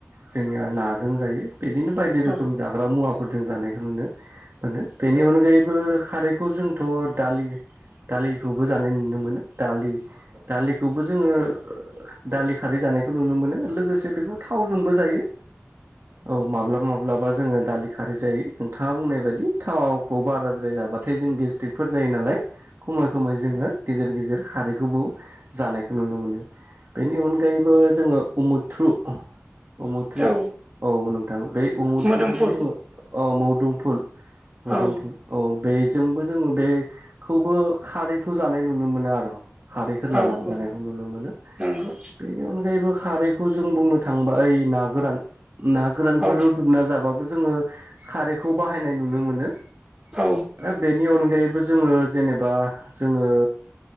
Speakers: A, on the right (about 55°); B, on the right (about 20°).
A: जोंनिया नाजों जायो बिदिनो बायदि रोखोम
B: औ
A: जाग्रा मुवाफोरजों जानायखौ नुनो मोनो बेनि अनगायैबो खारैखौ जोंथ' दालि दालिखौबो जानाय नुनो मोनो दालि दालि बेखौबो जोङो दालि खारै जानायखौ नुनो मोनो लोगोसे बेखौ थावजोंबो जायो औ माब्लाबा माब्लाबा जोङो दालि खारै जायो नोंथाङा बुंनाय बायदि थावखौ बाराद्राय जा थाय जों गेस्टि्रिकफोर जायो नालाय खमाय खमाय जोङो गेजेर गेजेर जों खारैखौबो जानायखौ नुनो मोनो बेनि अनगायैबो जोङो उमुथ्रु उमुथ्रु
B: औ
A: औ नोंथां बे उमुथ्रुखौबो
B: मोदोमफुल
A: जोङो औ मदुमफुल मदुमफुल
B: औ
A: औ बे जोंबो जोङो बेखौबो खारैखौ जानाय नुनो मोनो आरो खारैफोर
B: औ
A: लानानै
B: औ
A: जानायखौ नुनो मोनो
B: नंगौ
A: बेनि अनगायैबो खारैखौ जों बुंनो थांबा ओइ ना गोरान ना गोरानफोर
B: औ
A: रुदुबना जाबाबो जोंङो खारैखौ बाहायनाय नुनो मोनो ओमफाय
B: औ
A: बेनि अनगायैबो जोङो जेनेबा जोङो